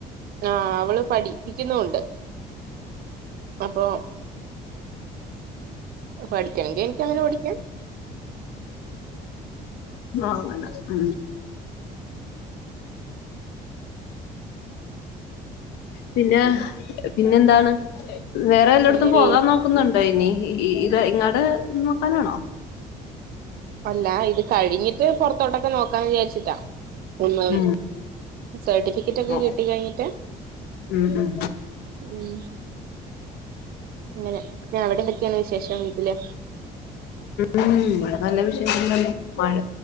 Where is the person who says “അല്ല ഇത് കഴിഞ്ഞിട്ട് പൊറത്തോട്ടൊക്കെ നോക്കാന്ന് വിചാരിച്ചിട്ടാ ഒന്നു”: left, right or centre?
Right